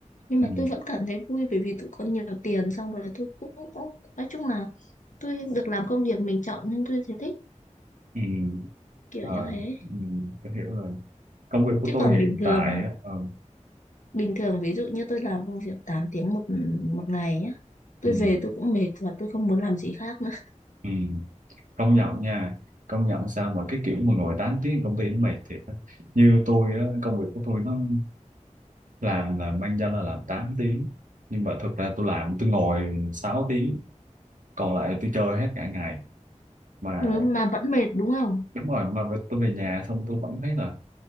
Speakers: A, on the left; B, on the right.
A: nhưng
B: Ừ.
A: mà tôi vẫn cảm thấy vui bởi vì tôi có nhiều tiền xong rồi tôi cũng, cũng nói chung là tôi được làm công việc mình chọn nên tôi thấy thích
B: Ừ. ừ.
A: kiểu
B: Ờ,
A: như thế
B: ừ, tôi hiểu rồi. Công việc của
A: chứ
B: tôi
A: còn
B: hiện
A: bình thường
B: tại á, ờ,
A: bình thường ví dụ như tôi làm công việc 8 tiếng một một ngày nhá tôi
B: ừ,
A: về tôi cũng mệt và tôi không muốn làm gì khác nữa
B: ừ, công nhận nha, công nhận sao mà cái kiểu mà ngồi 8 tiếng công ty nó mệt thiệt á. Như tôi á, công việc của tôi nó làm là mang danh là làm 8 tiếng, nhưng mà thực ra tôi làm tôi ngồi 6 tiếng, còn lại tôi chơi hết cả ngày. Mà
A: ừ, mà vẫn mệt đúng không
B: đúng rồi, mà tôi về nhà xong tôi vẫn thấy là